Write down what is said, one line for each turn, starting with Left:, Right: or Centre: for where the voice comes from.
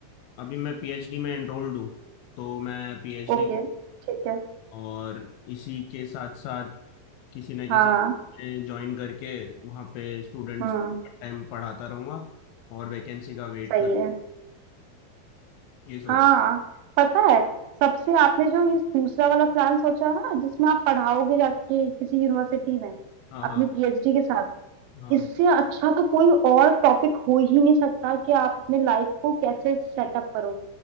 Left: अभी मैं पीएचडी में एनरोल्ड हूँ तो मैं पीएचडी
Right: ओके ठीक है
Left: और इसी के साथ साथ किसी ना किसी
Right: हाँ हाँ
Left: ज्वाइन करके वहाँ पे स्टूडेंट्स
Right: हम्म
Left: को पार्ट टाइम पढ़ाता रहूँगा और वैकेंसी का वेट
Right: सही
Left: कर
Right: है
Left: ये सोचा
Right: हाँ पता है सबसे आपने जो ये दूसरा वाला प्लान सोचा ना जिसमें आप पढ़ाओगे जाके किसी यूनिवर्सिटी में
Left: हाँ
Right: अपनी
Left: हाँ
Right: पीएचडी के साथ
Left: हाँ
Right: इससे अच्छा तो कोई और टॉपिक हो ही नहीं सकता कि आप अपने लाइफ को कैसे सेटअप करो